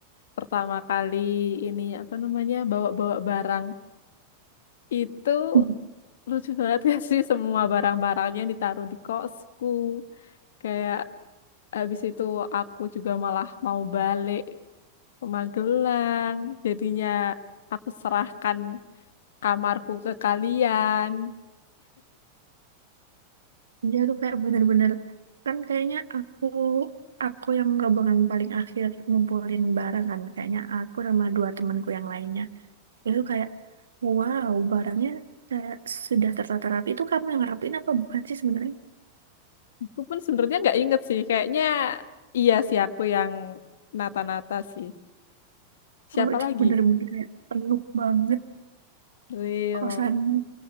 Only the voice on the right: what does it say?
Hmm.
Iya tuh kayak bener-bener. Kan kayaknya aku aku yang rombongan paling akhir ngumpulin barang kan. Kayaknya aku sama dua temanku yang lainnya. Itu kayak, wow, barangnya kayak sudah tertata rapi. Itu kamu yang rapiin apa bukan sih sebenarnya?
Wah, itu
bener-bener kayak penuh banget
kosanmu.